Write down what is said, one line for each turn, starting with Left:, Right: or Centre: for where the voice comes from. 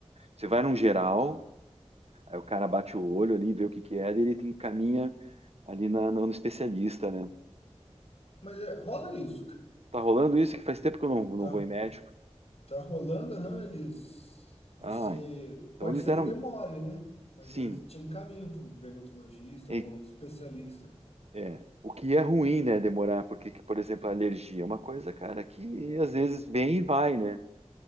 Right: Você vai num geral, aí o cara bate o olho ali, vê o que que é, daí ele te encaminha ali na- no, no especialista, né?
Left: Mas é, rola isso, cara.
Right: Tá rolando isso que faz tempo que eu não, não
Left: Tá,
Right: vou em médico.
Left: Tá rolando, aham, eles. Você.
Right: Ah, então
Left: Pode
Right: eles
Left: ser
Right: deram.
Left: que demore, né? Mas
Right: Sim,
Left: eles te encaminham para um dermatologista,
Right: é,
Left: algum especialista. né?
Right: é. O que é ruim, né? Demorar, porque, que, por exemplo, a alergia é uma coisa, cara, que às vezes vem e vai, né?